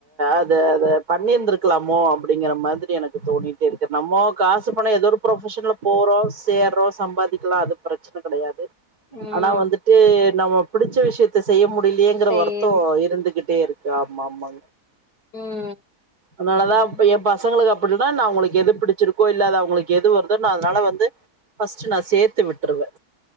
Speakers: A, on the right; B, on the left.
A: அது அத பண்ணிருந்திருக்கலாமோ அப்படிங்கிற மாதிரி எனக்கு தோணட்ட இருக்க நம்ம காசு பண ஏதோ ஒரு ப்ரொபஷன்ல போறோம் சேரோ சம்பாதி பாதிக்கலாம் அது பிரச்சன கிடையாது
B: ம்
A: ஆனா வந்துட்டு நம்ம பிடிச்ச விஷயத்த செய்ய முடியலையேங்கிற
B: சேம்
A: வருத்தம் இருந்துகிட்டே இருக்கு காமமாங்க
B: உம்
A: அனாலதா இப்ப என் பசங்களுக்கு அப்படின்னா நான் உங்களுக்கு எது பிடிச்சிருக்கோ இல்லாத அவங்களுக்கு எது வருதோ நா அதனால வந்து பஸ்ட்ட் நா சேத்து விட்டுருவ